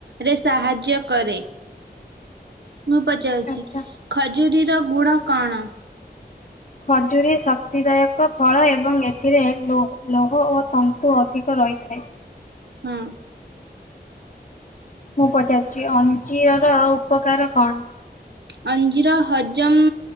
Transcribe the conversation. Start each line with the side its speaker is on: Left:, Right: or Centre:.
Right: ରେ ସାହାଯ୍ୟ କରେ। ମୁଁ ପଚାରୁଚି
Left: ଆଚ୍ଛା।
Right: ଖଜୁରୀର ଗୁଣ କଣ?
Left: ଖଜୁରୀ ଶକ୍ତିଦାୟକ ଫଳ ଏବଂ ଏଥିରେ ଏସ ଲୋ ଲୋହ ଓ ତନ୍ତୁ ଅଧିକ ରହିଥାଏ।
Right: ହୁଁ।
Left: ମୁଁ ପଚାରୁଚି ଅଞ୍ଜିଅର ଉପକାର କଣ?
Right: ଅଞ୍ଜିର ହଜମ